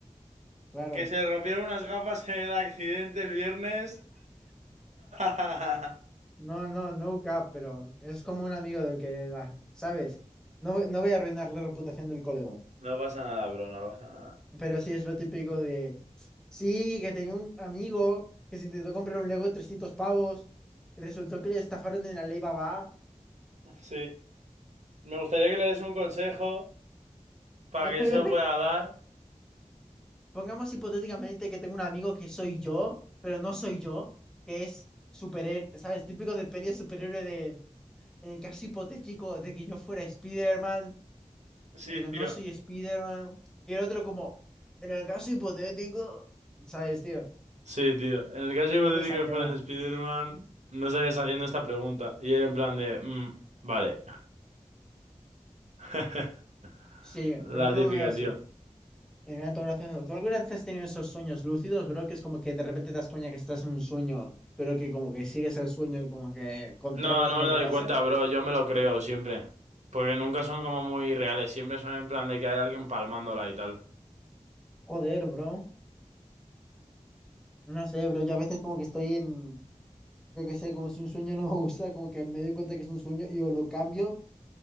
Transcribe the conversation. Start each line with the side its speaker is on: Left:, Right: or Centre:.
Centre: claro.
Right: que se le rompieron unas gafas en el accidente el viernes. <laughs>
Centre: No, no, no cap, pero es como un amigo del que, la- ¿sabes? No, no voy a arruinar la reputación del colegón.
Right: No pasa nada, bro, no pasa nada.
Centre: Pero sí es lo típico de. Sí, que tenía un amigo que se intentó comprar un Lego de 300 pavos y resultó que le estafaron en la ley Babá.
Right: Sí, me gustaría que le des un consejo para
Centre: <laughs>
Right: que yo se lo pueda dar.
Centre: Pongamos hipotéticamente que tengo un amigo que soy yo, pero no soy yo, que es superhéroe, ¿sabes? Típico de peli de superhéroe de, en el caso hipotético de que yo fuera Spider-Man,
Right: Sí,
Centre: pero
Right: tío.
Centre: no soy Spider-Man. Y el otro como, en el caso hipotético, ¿sabes, tío?
Right: Sí, tío. En el caso hipotético
Centre: Culo esa mierda.
Right: de que fueras Spider-Man, no estarías haciendo esta pregunta. Y era en plan de, "Mm, vale. <laughs>
Centre: Sí,
Right: La
Centre: pero no
Right: típica,
Centre: me veo así.
Right: tío.
Centre: me da todo gracioso. ¿Tú alguna vez has tenido esos sueños lúcidos, bro? Que es como que de repente te das cuenta que estás en un sueño, pero que como que sigues el sueño y como que controlas
Right: No, no
Centre: lo
Right: me
Centre: que
Right: doy
Centre: pasa.
Right: cuenta, bro. Yo me lo creo siempre. Porque nunca son como muy reales. Siempre son en plan de que hay alguien palmándola y tal.
Centre: Joder, bro. No sé, pero yo a veces como que estoy en, yo que sé, como si un sueño no me <laughs> gusta, como que me doy cuenta que es un sueño y o lo cambio,